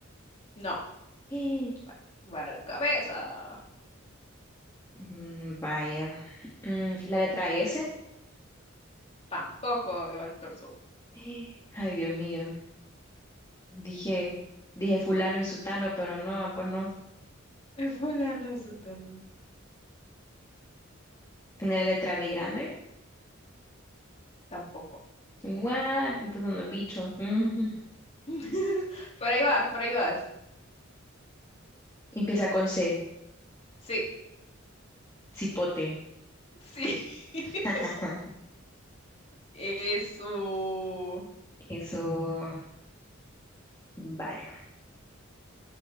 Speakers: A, on the left; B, on the left.
A: No,
B: <gasps>
A: para, para la cabeza,
B: Eh, mm, vaya. Mm, ¿la letra S? <gasps>
A: tampoco, va el torso.
B: Eh, Ay, Dios mío. Dije, dije fulano y sutano, pero no, pues no.
A: Es fulano, sutano.
B: ¿Tiene la letra B grande?
A: Tampoco.
B: What? Entonces no es bicho. <laughs> Mm.
A: <laughs> Por ahí vas, por ahí vas.
B: Empieza con C.
A: Sí,
B: Cipote.
A: sí. <laughs>
B: Ajá.
A: Eso.
B: Eso, vaya.